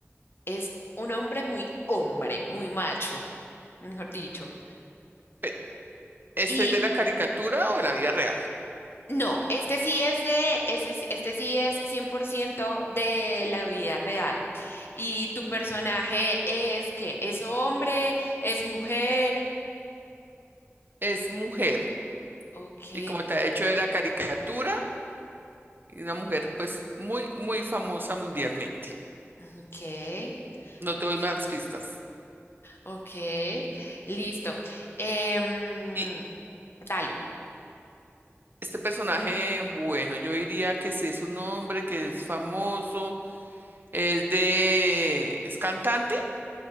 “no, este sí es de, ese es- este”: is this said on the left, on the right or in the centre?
Left